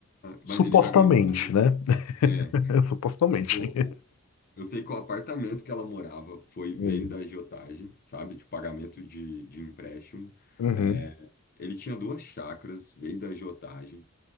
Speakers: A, on the left; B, on the left.
A: supostamente,
B: mas ele já ganhou, por exemplo,
A: né? <laughs>
B: é,
A: Supostamente.
B: tipo, o- eu sei que o apartamento que ela morava foi veio
A: Hum.
B: da agiotagem, sabe? De pagamento de, de empréstimo.
A: Uhum,
B: É, ele tinha duas chácaras, veio da agiotagem.